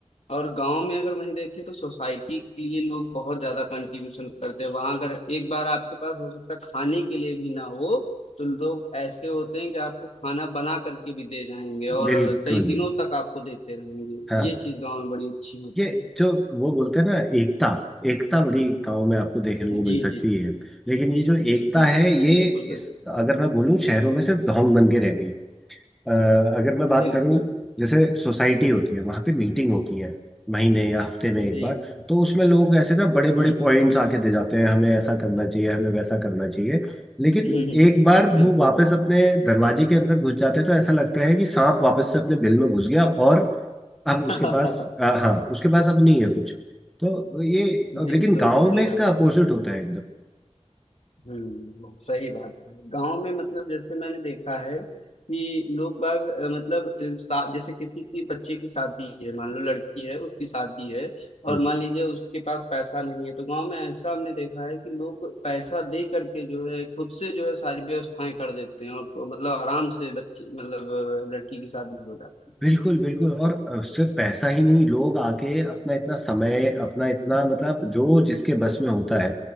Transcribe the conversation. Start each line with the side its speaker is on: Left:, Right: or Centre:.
Left: और गांव में अगर वहीं देखें तो सोसाइटी के लिए लोग बहुत ज्यादा कंट्रीब्यूशन करते हैं वहां अगर एक बार आपके पास हो सकता है खाने के लिए भी ना हो तो लोग ऐसे होते हैं कि आपको खाना बना करके भी दे जाएंगे और
Centre: बिल्कुल
Left: कई दिनों तक आपको देते रहेंगे
Centre: हाँ
Left: ये चीज गांव में बड़ी अच्छी होती
Centre: ये जो वो बोलते हैं ना एकता एकता बड़ी गाँव में आपको देखने
Left: है
Centre: को मिल
Left: जी
Centre: सकती
Left: जी
Centre: है लेकिन ये जो
Left: बिल्कुल
Centre: एकता है ये
Left: बिल्कुल सर
Centre: इस अगर मैं बोलूँ शहरों में सिर्फ ढोंग बन के रह गई है अ, अगर मैं बात
Left: बिल्कुल
Centre: करूं जैसे सोसाइटी होती है वहां पे मीटिंग होती है महीने या हफ्ते में एक
Left: जी
Centre: बार
Left: जी
Centre: तो उसमें लोग ऐसे ना बड़े बड़े
Left: हम्म
Centre: पॉइंट्स
Left: हम्म
Centre: आके दे जाते हैं हमें ऐसा करना चाहिए हमें वैसा करना चाहिए लेकिन
Left: हम्म,
Centre: एक बार
Left: बिल्कुल
Centre: वो वापस अपने दरवाजे के अंदर घुस जाते हैं तो ऐसा लगता है कि सांप वापस से अपने बिल में घुस गया और अब उसके
Left: <laughs>
Centre: पास अ, हाँ उसके पास अब नहीं है कुछ तो ये
Left: बिल्कुल
Centre: लेकिन गाँव
Left: सही
Centre: में इसका
Left: बात
Centre: अपोजिट
Left: है
Centre: होता है
Left: हम्म सही बात है गांव में मतलब जैसे मैंने देखा है कि लोग बाग अ, मतलब अ, सा- जैसे किसी की बच्चे की शादी है मान लो लड़की है उसकी शादी है और
Centre: एकदम
Left: मान लीजिए उसके पास पैसा नहीं है तो गांव में ऐसा हमने देखा है कि लोग पैसा दे करके जो है खुद से जो है सारी व्यवस्थाएं कर देते हैं और तो मतलब आराम से बच्चे मतलब अ, लड़की की शादी हो जाती
Centre: बिल्कुल बिल्कुल और अ, सिर्फ पैसा ही नहीं लोग आके अपना इतना समय अपना इतना मतलब जो जिसके बस में होता है